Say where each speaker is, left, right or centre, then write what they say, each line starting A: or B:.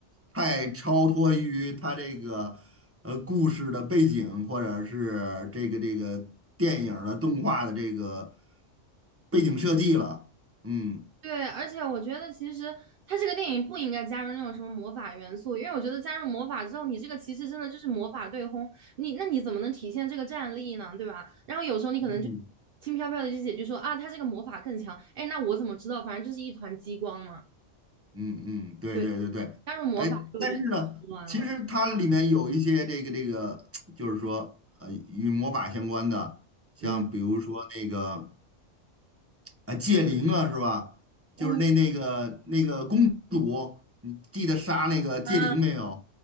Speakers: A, on the right (about 15°); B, on the right (about 60°).
A: 太超脱于他这个呃故事的背景，或者是这个这个电影儿的动画的这个背景设计了。嗯
B: 对，而且我觉得其实它这个电影不应该加入那种什么魔法元素，因为我觉得加入魔法之后，你这个其实真的就是魔法对轰，你那你怎么能体现这个战力呢？对吧？然后有时候你可能就
A: 嗯，
B: 轻飘飘的就解决说啊，他这个魔法更强，哎，那我怎么知道？反正就是一团激光嘛。
A: 嗯嗯，对对对对，
B: 对，加入魔法之我觉得它混乱了。
A: 哎，但是呢，其实它里面有一些这个这个，就是说，呃，与魔法相关的，像比如说那个
B: 嗯
A: 啊，戒灵啊，是吧？
B: 嗯
A: 就是那那个那个公主，你记得杀那个戒灵没有？
B: 啊